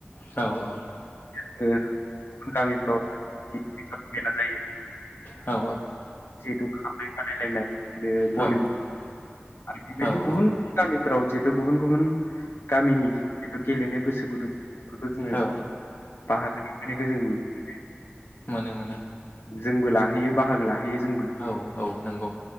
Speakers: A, on the left (about 50°); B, on the left (about 75°).
A: औ औ
B: ओ गुबुन गामिफ्राव गिदिर गिदिर मेला जायो
A: औ
B: <inaudible> बे बादायलायनाय बिनो बलि
A: औ
B: <unintelligible> आरो बिदिनो
A: औ
B: गुबुन गामिफोराव बेथ' गुबुन गुबुन गामिनि जिथु गेलेनो गोसो गुदुं फोरखौ जोङो
A: औ
B: बाहागो लाफैनायखौ जों नुनो मोनो
A: मोने मोनो
B: जोंबो लाहैयो बाहागो लाहैयो जोंबो
A: औ औ नंगौ